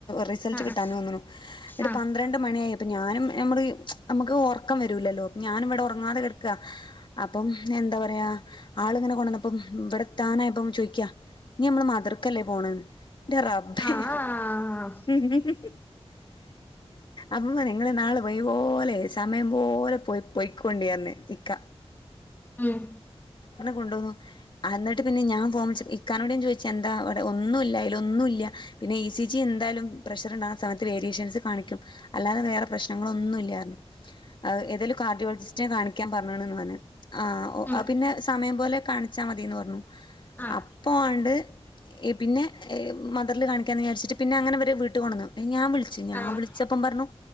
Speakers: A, on the left; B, on the left.
A: റിസൾട്ട്
B: ആഹ്
A: കിട്ടാൻ
B: ആഹ്
A: വ ഇടെ
B: ആഹ്
A: പന്ത്രണ്ട് മണിയ അപ്പൊ ഞാനും നമ്മള് നമുക്ക് ഉറക്കം വരൂല്ലല്ലോ ഞാനിവിടെ ഉറങ്ങാതെ കിടക്കുവാ അപ്പം എന്താ പറയാ ആള് ഇങ്ങനെ കൊണ്ടുവന്നപ്പം ഇവിടെ താനായപ്പം ചോദിക്കാ നി നമ്മള് മതിർക്കല്ലേ പോണന്ന് ന്റെ റബ്ബേ
B: ആഹ് ആഹ്
A: അപ് അമ്മ നിങ്ങള് നാളെ പോയ പോലെ സമയം പോലെ പോയി പോയ്ക്കോണ്ടിന്ന് നിക്ക
B: ഉം
A: കൊണ്ടോന്നു എന്നിട്ട് പിന്നെ ഞാൻ ഫോൺ വിളിച്ച്പ്പം ഇക്കാന്നോട് ഞാൻ ചോദിച്ച എന്താവിടെ ഒന്നും ഇല്ല അതില ഒന്നും ഇല്ല പിന്നെ ഇ സി ജി എന്തായാലും പ്രഷർ ഉണ്ടാകുന്ന സമയത്ത് വേരിയേഷൻസ് കാണിക്കും അല്ലാതെ വേറെ പ്രശ്നങ്ങളൊന്നും ഇല്ലായിരുന്നു ഏതേലും കാർഡിയോളജിസ്റ്റിനെ കാണിക്കാൻ പറഞ്ഞണ എന്ന് പറഞ്ഞു ആഓ
B: ഉം
A: പിന്നെ സമയം പോലെ കാണിച്ചാൽ മതിയന്ന് പറഞ്ഞു
B: ആഹ്
A: അപ്പോൾ ണ്ട് പിന്നെ മദറിൽ കാണിക്കാന്ന് വിചാരിച്ചിട്ട് പിന്നെ അങ്ങനെ വരെ വീട്ട് കൊണ്ടുവന്നു ഞാൻ വിളിച്ചു ഞാൻ
B: ആഹ്
A: വിളിച്ചപ്പം പറഞ്ഞു